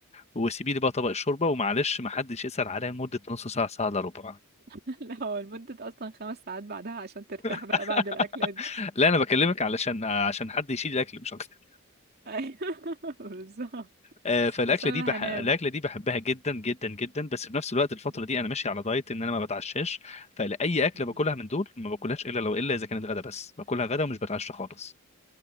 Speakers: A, on the left; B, on the right.
A: وسيبي لي بقى طبق الشوربه ومعلش ما حدش يسال عليا لمده نص ساعه ساعه الا ربع
B: <laughs> لا هو لمدة اصلا خمس ساعات بعدها عشان ترتاح
A: <laughs>
B: بقى بعد الاكله دي
A: لا انا بكلمك علشان عشان حد يشيل الاكل مش اكتر
B: <laughs> ايوه بالظبط
A: آه، فالاكله
B: عشان انا
A: دي بح...
B: هنام
A: الاكله دي بحبها جدا جدا جدا بس في نفس الوقت الفتره
B: <laughs>
A: دي انا ماشي على دايت ان انا ما بتعشاش فلاي اكله
B: مم.
A: باكلها من دول ما باكلهاش الا لو الا اذا كانت غدا بس باكلها غدا ومش بتعشى خالص